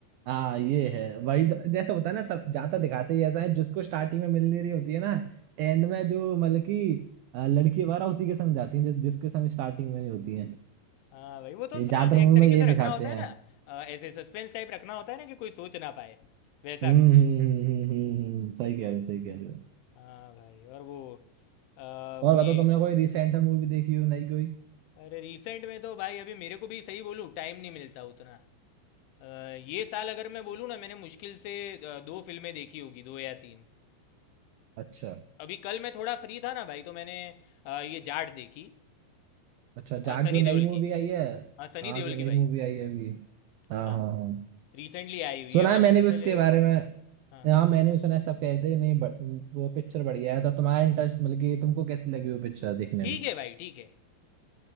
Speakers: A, on the right (about 80°); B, on the left (about 85°).
A: हाँ ये है वही तो- जैसे होता है ना सब ज्यादा दिखाते ही ऐसा है जिसको स्टार्टिंग में मिल नहीं रही होती है ना एंड में जो मतलब कि अ, लड़की वगैरह उसी के संग जाती है जिस, जिसके संग स्टार्टिंग में नहीं होती है
B: हाँ भाई वो तो
A: ये ज्यादातर
B: स- एक
A: मूवी
B: तरीके
A: में यही
B: से
A: दिखाते
B: रखना होता
A: हैं
B: है ना अ, ऐसे सस्पेंस टाइप रखना होता है ना कि कोई सोच ना पाए वैसा
A: हम्म
B: कुछ
A: हम्म हम्म हम्म हम्म, हम्म, सही कह रहे हो सही कह रहे हो
B: हाँ भाई और वो अ,
A: और
B: ये
A: बताओ तुमने कोई रिसेंट में मूवी देखी हो नहीं कोई
B: अरे रिसेंट में तो भाई अभी मेरे को भी सही बोलूँ टाइम नहीं मिलता उतना अ, ये साल अगर मैं बोलूँ ना मैंने मुश्किल से अ, दो फिल्में देखी होगी दो या तीन
A: अच्छा
B: अभी कल मैं थोड़ा फ्री था ना भाई तो मैंने अ, ये जाट देखी
A: अच्छा
B: अ,
A: जाट
B: सनी
A: जो नई
B: देओल
A: मूवी
B: की
A: आई है
B: हाँ सनी
A: हाँ
B: देओल
A: जो नई
B: की भाई
A: मूवी आई है अभी हाँ
B: हाँ
A: हाँ हाँ
B: रिसेंटली आई हुई
A: सुना
B: है
A: है
B: और
A: मैंने
B: उससे
A: भी उसके
B: पहले
A: बारे में
B: हाँ
A: हाँ मैंने भी सुना है सब कह रहे थे नहीं ब, वो पिक्चर बढ़िया है तो तुम्हारा इंटरेस्ट मतलब कि तुमको कैसी लगी वो पिक्चर देखने
B: ठीक
A: में
B: है भाई ठीक है